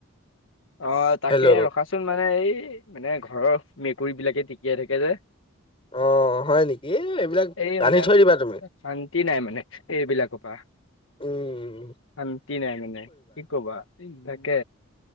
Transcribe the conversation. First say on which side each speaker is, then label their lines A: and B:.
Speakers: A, on the left (about 65°); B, on the left (about 25°).
A: অ', তাকে
B: হেল্ল'
A: ৰখাচোন মানে এই, মানে ঘৰৰ মেকুৰী বিলাকে টিকিয়াই থাকে যে।
B: অ', অ', হয় নেকি, এইবিলাক
A: এই
B: বান্ধি
A: মানে
B: থৈ দিবা তুমি।
A: শান্তি নাই মানে এইবিলাকৰ পৰা
B: উম।
A: শান্তি নাই মানে কি কবা তাকে।